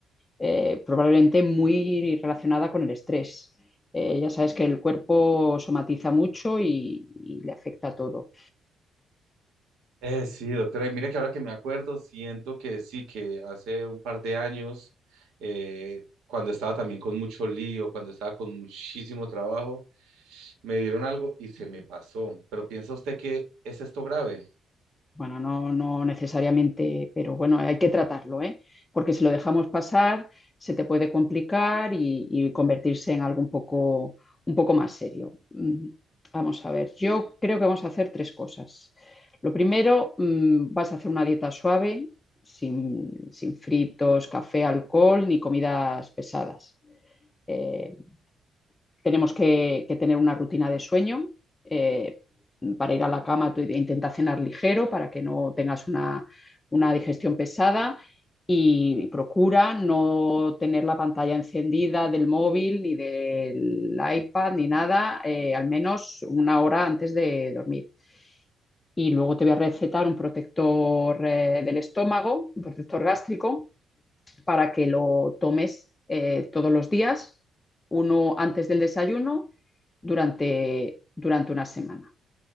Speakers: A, on the left; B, on the right.
A: eh, probablemente muy relacionada con el estrés. Eh, ya sabes que el cuerpo somatiza mucho y y le afecta todo.
B: Eh, sí, doctora, y mira que ahora que me acuerdo, siento que sí, que hace un par de años, eh, cuando estaba también con mucho lío, cuando estaba con muchísimo trabajo, me dieron algo y se me pasó. Pero ¿piensa usted que es esto grave?
A: Bueno, no, no necesariamente, pero bueno, hay que tratarlo, ¿eh? Porque si lo dejamos pasar, se te puede complicar y, y convertirse en algo un poco, un poco más serio. Mm, Vamos a ver, yo creo que vamos a hacer tres cosas. Lo primero, mm, vas a hacer una dieta suave, sin, sin fritos, café, alcohol ni comidas pesadas. Eh, tenemos que, que tener una rutina de sueño. eh, para ir a la cama, tú intenta cenar ligero para que no tengas una, una digestión pesada y procura no tener la pantalla encendida del móvil ni del iPad ni nada, eh, al menos una hora antes de dormir. Y luego te voy a recetar un protector eh, del estómago, un protector gástrico, para que lo tomes eh, todos los días, uno antes del desayuno, durante, durante una semana.